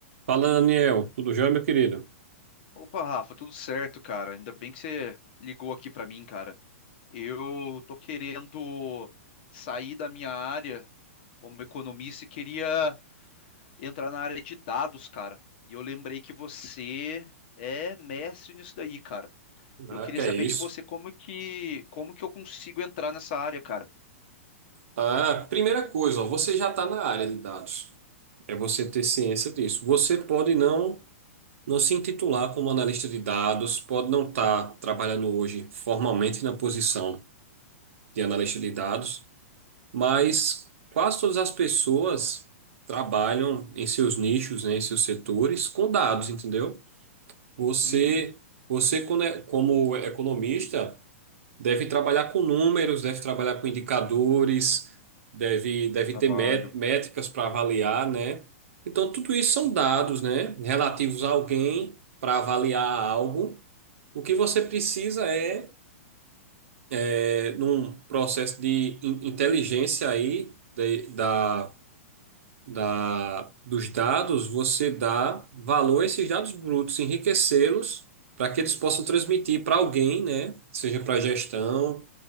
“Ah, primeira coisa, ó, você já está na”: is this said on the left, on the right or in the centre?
Right